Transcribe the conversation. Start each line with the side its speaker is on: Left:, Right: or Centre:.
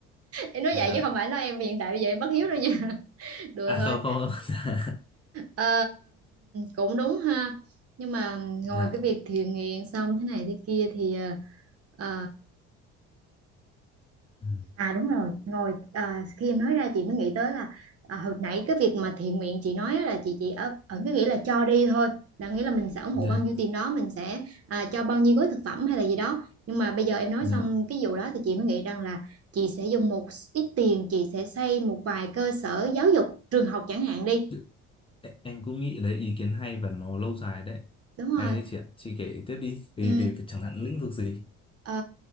Right: em nói
Left: dạ
Right: vậy chứ không phải nói em hiện tại bây giờ em bất hiếu đâu nha <laughs> đùa
Left: à
Right: thôi
Left: không không <laughs> dạ
Right: Ờ, cũng đúng ha nhưng mà
Left: dạ
Right: ngồi cái việc thiện nguyện xong thế này thế kia thì ờ, ờ,
Left: Ừ,
Right: À đúng rồi, ngồi à, khi em nói ra chị mới nghĩ tới là à, hồi nãy cái việc mà thiện nguyện chị nói á là chị chị ở ở cái nghĩa là cho đi thôi, là nghĩa là mình sẽ ủng
Left: dạ
Right: hộ bao nhiêu tiền đó mình sẽ à, cho bao nhiêu gói thực phẩm hay là gì đó. Nhưng mà bây giờ em nói
Left: dạ
Right: xong cái vụ đó thì chị mới nghĩ rằng là chị sẽ dùng một ít tiền chị sẽ xây một vài cơ sở giáo dục, trường học chẳng hạn đi.
Left: Đ- e- em cũng nghĩ đấy ý kiến hay và nó lâu dài đấy
Right: Đúng
Left: hay
Right: rồi.
Left: đấy chị ạ chị kể tiếp đi vì
Right: Ừ,
Left: vì vì chẳng hạn lĩnh vực gì
Right: Ờ,